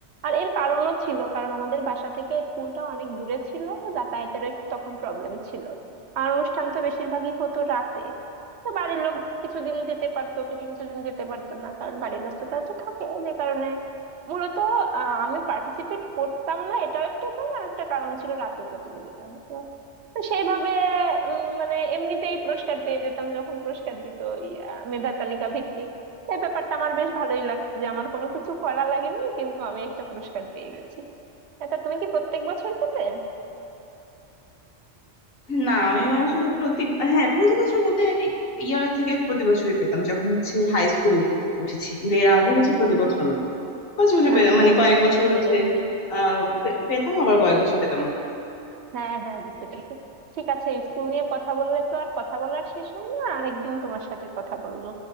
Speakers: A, on the right; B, on the left.
A: আর এর কারণও ছিল কারণ আমাদের বাসা থেকে স্কুলটা অনেক দূরে ছিল যাতায়াতেরও একটু তখন প্রবলেম ছিল আর অনুষ্ঠান তো বেশিরভাগই হতো রাতে তো বাড়ির লোক কিছুদিন যেতে পারতো কিছু কিছু দিন যেতে পারতো না কারণ বাড়ির ব্যস্ততা তো থাকে যে কারণে মূলত আহ, আমি পার্টিসিপেট করতাম না এটাও একটা কারণ আর একটা কারণ ছিল রাতে প্রতিযোগিতা তো সেইভাবে উম, মানে এমনিতেই পুরস্কার পেয়ে যেতাম যখন পুরস্কার দিত ইয়া, মেধা তালিকা ভিত্তিক এই ব্যাপারটা আমার বেশ ভালোই লাগতো যে আমার কোনো কিছু করা লাগেনি কিন্তু আমি একটা পুরস্কার পেয়ে গেছি এটা তুমি কি প্রত্যেক বছর পেতে
B: না আমি আসলে প্রতি হ্যাঁ প্রতি বছর বলতে ইয়ার থেকে প্রতি বছরই পেতাম যখন হচ্ছে হাই স্কুলে উঠেছি কিন্তু এর আগে হচ্ছে প্রতি বছর না মাঝে মাঝে পে-
A: আচ্ছা
B: মানে কয়েক
A: বুঝতে
B: বছর
A: পেরেছি
B: হচ্ছে আহ পে- পেতাম আবার কয়েক বছর পেতাম না
A: হ্যাঁ হ্যাঁ বুঝতে পেরেছি ঠিক আছে স্কুল নিয়ে কথা বললে তো আর কথা বলার শেষ হয় না আরেকদিন তোমার সাথে কথা বলবো